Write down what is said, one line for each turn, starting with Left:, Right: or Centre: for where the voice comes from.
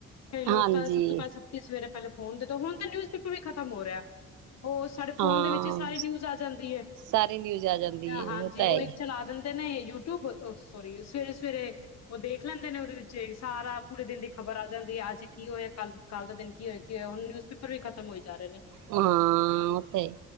Left: ਕਈ ਲੋਕ
Right: ਹਾਂਜੀ
Left: ਤਾਂ ਸਭ ਤੋਂ ਪਹਿਲਾਂ ਸਤੀ ਸਵੇਰੇ ਪਹਿਲੇ ਹੁਣ ਦੇਖੋ ਹੁਣ ਤੇ ਨਿਊਜ਼ ਪੇਪਰ ਵੀ ਖ਼ਤਮ ਹੋ ਰਿਹਾ ਹੈ। ਉਹ ਸਾਡੇ
Right: ਹਾਂ
Left: ਫੋਨ ਦੇ ਵਿੱਚ ਸਾਰੀ ਨਿਊਜ਼ ਆ ਜਾਂਦੀ ਹੈ।
Right: ਸਾਰੀ ਨਿਊਜ਼ ਆ ਜਾਂਦੀ ਹੈ,
Left: ਹਾਂਜੀ
Right: ਤਾਂ
Left: ਉਹ
Right: ਹੈ ਹੀ।
Left: ਇੱਕ ਚਲਾ ਦਿੰਦੇ ਨੇ ਯੂ ਯੂਟਊਬ ਉਹ ਸੋਰੀ ਸਵੇਰੇ ਸਵੇਰੇ ਉਹ ਦੇਖ ਲੈਂਦੇ ਨੇ ਉਹਦੇ ਵਿੱਚ ਸਾਰਾ ਪੂਰੇ ਦਿਨ ਦੀ ਖ਼ਬਰ ਆ ਜਾਂਦੀ ਹੈ, ਅੱਜ ਕੀ ਹੋਇਆ ਕੱਲ ਕੱਲ ਦੇ ਦਿਨ ਕੀ ਹੋਇਆ ਕੀ ਹੋਇਆ ਹੁਣ ਨਿਉਜ ਪੇਪਰ ਵੀ ਖਤਮ ਹੋਈ ਜਾ ਰਹੇ ਨੇ।
Right: ਹਾਂ। ਹਾਂ ਉੱਥੇ